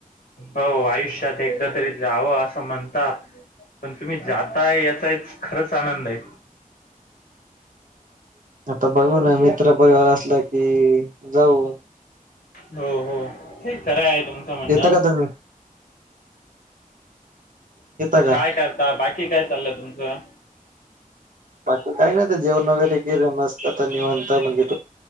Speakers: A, on the left (about 75°); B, on the right (about 65°).
A: हो आयुष्यात एकदा तरी जावं असं म्हणता पण तुम्ही जाता याचा एक खरंच आनंद आहे
B: आता बघू ना मित्र पररिवार असला कि जाऊ
A: हो हो ठीक खरं आहे तुमचं म्हणणं.
B: येता का तुम्ही का
A: काय करता बाकी काय चाललंय तुमचं
B: बाकी काही नाही, आता जेवण वगैरे केलं मस्त आता निवांत म्हणजे तो